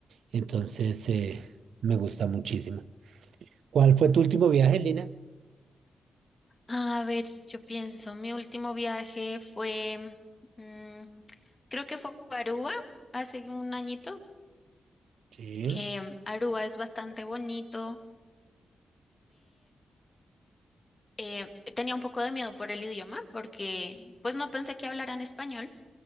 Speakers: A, on the right (about 80°); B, on the left (about 30°).
A: Entonces, eh, me gusta muchísimo. ¿Cuál fue tu último viaje, Lina?
B: A ver, yo pienso, mi último viaje fue, mm, creo que fue a Aruba hace un añito.
A: Sí.
B: Em, Aruba es bastante bonito. eh, tenía un poco de miedo por el idioma porque pues no pensé que hablaran español,